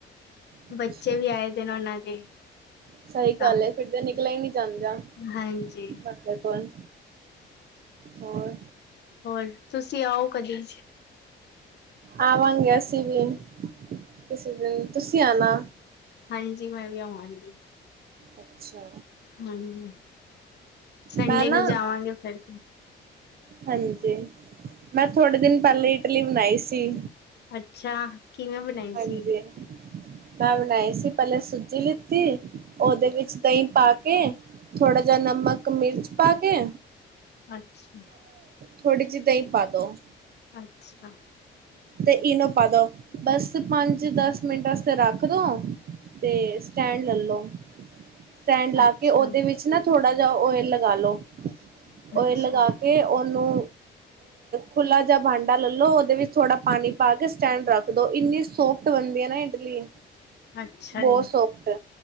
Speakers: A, on the right (about 50°); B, on the left (about 60°).
A: ਅੱਛਾ
B: ਬੱਚੇ ਵੀ ਆਏ ਦੇ ਨੇ ਉਹਨਾਂ ਦੇ
A: ਸਹੀ
B: ਤਾਂ।
A: ਗੱਲ ਹੈ ਫਿਰ ਤੇ ਨਿਕਲਿਆ ਹੀ ਨਹੀਂ ਜਾਂਦਾ
B: ਹਾਂਜੀ।
A: ਬੰਦੇ ਕੋਲ ਹੋਰ?
B: ਹੋਰ ਤੁਸੀਂ ਆਓ ਕਦੇ?
A: ਆਵਾਂਗੇ ਅਸੀਂ ਵੀ ਕਿਸੇ ਦਿਨ ਤੁਸੀਂ ਆਣਾ।
B: ਹਾਂਜੀ ਮੈਂ ਵੀ ਆਵਾਂਗੀ।
A: ਅੱਛਾ।
B: ਹਮ ਸੰਡੇ
A: ਮੈਂ ਨਾ
B: ਨੂੰ ਜਾਵਾਂਗੇ ਫਿਰ।
A: ਹਾਂਜੀ ਮੈਂ ਥੋੜੇ ਦਿਨ ਪਹਿਲੇ ਇਡਲੀ ਬਣਾਈ ਸੀ।
B: ਅੱਛਾ ਕਿਵੇਂ ਬਣਾਈ
A: ਹਾਂਜੀ
B: ਸੀ।
A: ਮੈਂ ਬਣਾਈ ਸੀ ਪਹਿਲੇ ਸੂਜੀ ਲਿੱਤੀ ਉਹਦੇ ਵਿੱਚ ਦਹੀਂ ਪਾ ਕੇ। ਥੋੜਾ ਜਿਹਾ ਨਮਕ ਮਿਰਚ ਪਾ ਕੇ।
B: ਅੱਛਾ
A: ਥੋੜੀ ਜਿਹੀ ਦਹੀਂ ਹੀ ਪਾ ਦੋ।
B: ਅੱਛਾ
A: ਤੇ ਇਹਨੂੰ ਪਾ ਦੋ ਬਸ ਪੰਜ ਦਸ ਮਿੰਟ ਵਸਤੇ ਰੱਖ ਦਿਉ। ਤੇ ਸਟੈਂਡ ਲੈਲੋ। ਸਟੈਂਡ ਲਾ
B: ਅੱਛਾ
A: ਕੇ ਉਹਦੇ ਵਿੱਚ ਨਾ ਥੋੜਾ ਜ ਓਇਲ ਲਗਾ ਲੋ
B: ਅੱਛਾ
A: ਓਇਲ ਲਗਾ ਕੇ। ਨੂੰ ਖੁੱਲਾ ਜਿਹਾ ਭਾਂਡਾ ਲੈਲੋ ਉਹਦੇ ਵਿੱਚ ਥੋੜਾ ਪਾਣੀ ਪਾ ਕੇ ਸਟੈਂਡ ਰੱਖ ਦੋ ਇੰਨੀ ਸੋਫਟ ਬਣਦੀ ਆ ਨਾ ਇਡਲੀ।
B: ਅੱਛਾ
A: ਬਹੁਤ
B: ਜੀ,
A: ਸੋਫਟ